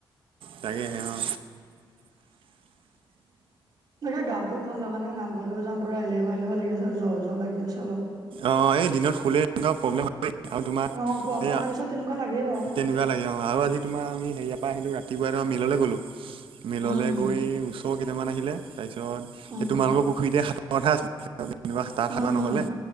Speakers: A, on the right; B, on the right.
A: তাকে আহে অ
B: তেনেকে গাৱটোও ভাল হয় নামৰও য পু এলেহা এলেহুৱা লাগিছে জ্ব জ্বৰ লাগিছেলপ
A: অ, এই দিনত খুলে এনেকুৱা প্ৰব্লেম হয় আৰু তোমাৰ
B: অ, খোৱা বোৱা
A: এইয়া
B: উঠাৰ পিছত তেনেকুৱা লাগেই বাৰু
A: তেনেকুৱা লাগে অ' আৰু আজি তোমাৰ আমি হেয়াৰ পৰা আহিলো ৰাতিপুৱাই তম মিললে গ'লো মিললৈ
B: উম
A: গৈ ওচৰ কেইটামান আহিলে তাৰিছত
B: উম
A: তোমালোকৰ পুখুৰীতে কথা আছিলে যোাত
B: উম
A: হাতা নহলে